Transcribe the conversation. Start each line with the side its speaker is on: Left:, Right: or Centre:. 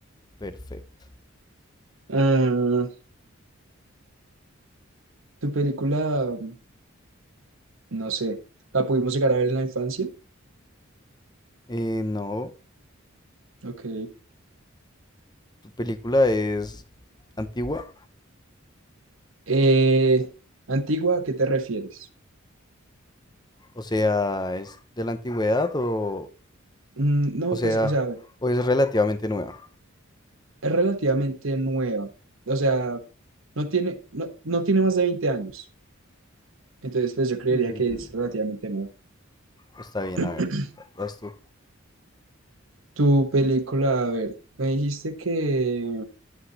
Left: Perfecto.
Right: Ah, tu película, no sé, la pudimos llegar a ver en la infancia.
Left: Eh, no,
Right: Ok.
Left: tu película es antigua,
Right: Eh, antigua, ¿a qué te refieres?
Left: o sea, es de la antigüedad o,
Right: Mm, no,
Left: o sea,
Right: pues, o sea, a ver.
Left: o es relativamente nueva.
Right: es relativamente nueva. O sea, no tiene, no, no tiene más de 20 años. Entonces, pues yo creería
Left: Mm,
Right: que es relativamente nueva.
Left: está bien,
Right: <clears throat>
Left: a ver, vas tú.
Right: Tu película, a ver, me dijiste que